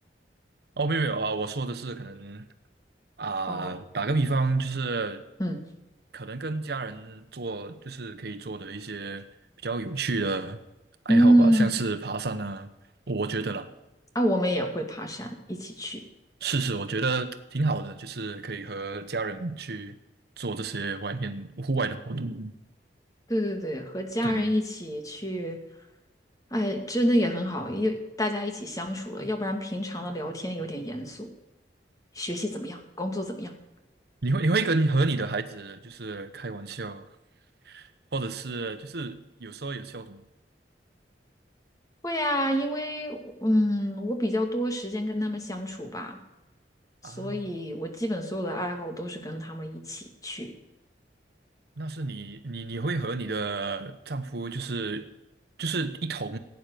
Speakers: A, on the right; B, on the left.
A: 哦，没有没有啊，呃我说的是可能啊、
B: <laughs> 哦。
A: 打个比方，就是
B: 嗯。
A: 可能跟家人做，就是可以做的一些比较有趣的爱好吧，
B: 嗯，
A: 像是爬山啊，我觉得啦，
B: 啊，我们也会爬山，一起去。
A: 是是，我觉得挺好的，就是可以和家人们去做这些外面户外的活动。
B: 对对对，和家人一起去，
A: 对，
B: 哎，真的也很好，因为大家一起相处了，要不然平常的聊天有点严肃。学习怎么样？工作怎么样？
A: 你会你会跟和你的孩子就是开玩笑，或者是就是有说有笑的吗？
B: 会啊，因为嗯，我比较多时间跟他们相处吧，所以我基本所有的爱好都是跟他们一起去，
A: 啊那是你你你会和你的丈夫就是就是一同